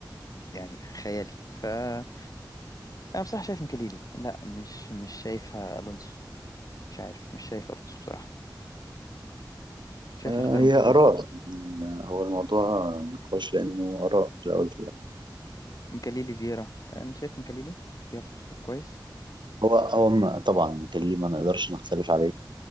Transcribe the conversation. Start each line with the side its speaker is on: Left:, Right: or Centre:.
Left: يعني خيالي فأنا بصراحة شايف مكليلي لا مش مش شايفها ألونسو مش عارف مش شايف ألونسو بصراحة شايف
Right: آه
Left: نختار
Right: هي
Left: مكليلي
Right: اراء يعني هو الموضوع نقاش لانه اراء في الاول في الاخر
Left: مكليلي فييرا أنا شايف مكليلي اختيار كويس
Right: هو هو ما- طبعا ميكاليلي ما نقدرش نختلف عليه